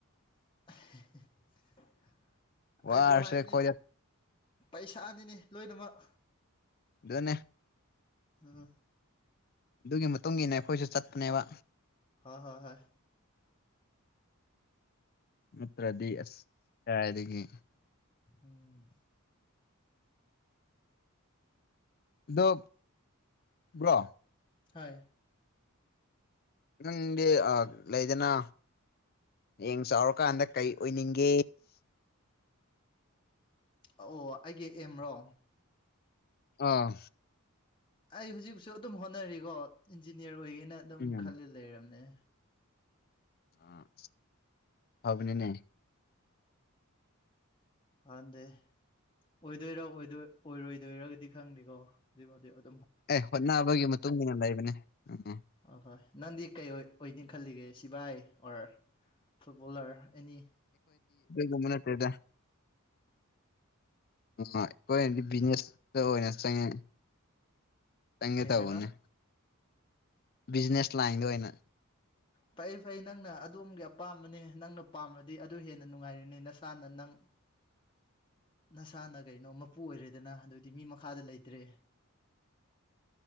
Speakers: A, on the left; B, on the left.
A: <inaudible>
B: ꯋꯥꯔꯁꯨ
A: ꯑꯩꯁꯨ ꯍꯥꯏꯕꯅꯤ
B: ꯑꯩꯈꯣꯏꯗ
A: ꯄꯩꯁꯥꯅꯤꯅꯤ ꯂꯣꯏꯅꯃꯛ
B: ꯑꯗꯨꯅꯦꯦ
A: ꯑꯝ
B: ꯑꯗꯨꯒꯤ ꯃꯇꯨꯡ ꯏꯟꯅ ꯑꯩꯈꯣꯏꯁꯨ ꯆꯠꯄꯅꯦꯕ
A: ꯍꯥ ꯍ ꯍꯥꯏ
B: ꯃꯇ꯭ꯔꯗꯤ ꯑꯥꯏꯒ
A: ꯎꯝ
B: ꯗ ꯕ꯭ꯔꯣ
A: ꯍꯣꯏ
B: ꯈꯤꯇꯪꯗꯤ ꯂꯩꯗꯅ ꯌꯦꯡ ꯆꯥꯎꯔꯀꯥꯟꯗ ꯀꯩ ꯑꯣꯏꯅꯤꯡꯒꯦ
A: ꯑꯣ ꯑꯣ ꯑꯩꯒꯤ ꯑꯦꯝ꯭ꯔꯣ
B: ꯑꯥ
A: ꯑꯩ ꯍꯧꯖꯤꯛꯁꯨ ꯑꯗꯨꯝ ꯍꯣꯠꯅꯔꯤꯀꯣ ꯏꯟꯖꯤꯅꯤꯌꯔ ꯑꯣꯏꯒꯦꯅ ꯑꯗꯨꯝ
B: ꯎꯝ
A: ꯈꯜꯂ ꯂꯩꯔꯕꯅꯦ
B: ꯑ ꯐꯕꯅꯤꯅꯦ
A: ꯍꯥꯟꯗꯦ ꯑꯣꯏꯗꯣꯏꯔ ꯑꯣꯏꯔꯣꯏꯗꯣꯏꯔꯒꯗꯤ ꯈꯪꯗꯦꯀꯣ ꯍꯧꯖꯤꯛꯐꯥꯎꯗꯤ
B: ꯑꯦ ꯍꯣꯠꯅꯕꯒꯤ ꯃꯇꯨꯡ ꯏꯟꯅ ꯂꯩꯕꯅꯦ ꯎꯝ
A: ꯑꯍꯣꯏ ꯅꯪꯗꯤ ꯀꯩ ꯑꯣꯏꯅꯤ ꯈꯜꯂꯤꯒꯦ ꯁꯤꯚꯥꯏ ꯑꯣꯔꯔ ꯐꯨꯠꯕꯣꯂꯔ ꯑꯦꯅꯤ
B: ꯒ ꯃꯅꯦꯠꯇꯗ ꯑ ꯑꯩꯈꯣꯏꯗꯤ ꯕꯤꯖꯤꯅꯦꯁꯇ ꯑꯣꯏꯅ ꯆꯪꯉꯦ ꯆꯪꯒꯦ
A: ꯀꯩ
B: ꯇꯧꯕꯅꯦ
A: ꯍꯥꯏꯕ
B: ꯕꯤꯖꯤꯅꯦꯁ ꯂꯥꯏꯟꯗ ꯑꯣꯏꯅ
A: ꯐꯩ ꯐꯩ ꯅꯪꯅ ꯑꯗꯣꯝꯒꯤ ꯑꯄꯥꯝꯕꯅꯦ ꯅꯪꯅ ꯄꯥꯝꯃꯗꯤ ꯑꯗꯨ ꯍꯦꯟꯅ ꯅꯨꯡꯉꯥꯏꯔꯅꯤ ꯅ ꯏꯁꯥꯅ ꯅꯪ ꯅꯁꯥꯅ ꯀꯩꯅꯣ ꯃꯄꯨ ꯑꯣꯏꯔꯦꯗꯅ ꯑꯗꯨꯗꯤ ꯃꯤ ꯃꯈꯥꯗ ꯂꯩꯇ꯭ꯔꯦ <inaudible>